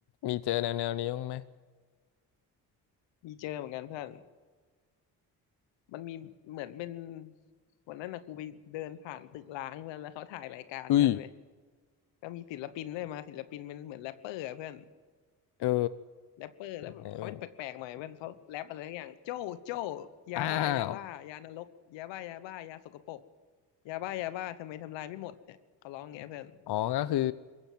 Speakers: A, on the left; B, on the left.
A: มีเจอแนวแนวนี้บ้างไหม
B: มีเจอเหมือนกันเพื่อน มันมีเหมือนเป็นวันนั้นนะกูไปเดินผ่านตึกร้างเพื่อนแล้วเขาถ่ายรายการกันเว้ย
A: อุ้ย
B: ก็มีศิลปินได้วยมาศิลปินเป็นเหมือนแรปเปอร์อะเพื่อน
A: เออ
B: แรปเปอร์แล้วแบบเขาเป็นแปลกๆหน่อยเพื่อนเขาแรปอะไรทักอย่างโจ้โจ้
A: เป็นไงเพื่อน
B: ยาบ้ายาบ้ายานรกยาบ้ายาบ้ายาสกปรก
A: อ้าว
B: ยาบ้ายาบ้าทำไมทำลายไม่หมดเนี่ยเขาร้ององเงี้ยเพื่อน
A: อ๋อก็คือ